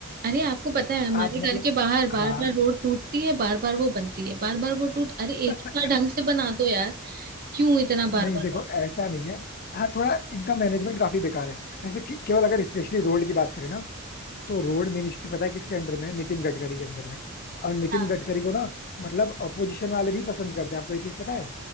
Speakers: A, on the right; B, on the left.
A: अरे आपको पता है हमारे
B: आप मतलब
A: घर के बाहर बार
B: हाँ
A: बार रोड टूटती है बार बार वो बनती है बार बार वो टूट अरे एक
B: <laughs>
A: ही बार ढंग से बना दो यार क्यों इतना बार
B: नहीं
A: बार
B: देखो
A: बार
B: ऐसा नहीं है हाँ थोड़ा इनका मैनेजमेंट काफी बेकार है वैसे कि, केवल अगर स्पेशली रोड की बात करें ना तो रोड मिनिस्ट्री पता है किसके अंडर में है नितिन गडकरी के अंदर में और नितिन
A: हाँ।
B: गडकरी को ना मतलब अपोजिशन वाले भी पसंद करते हैं आपको ये चीज पता है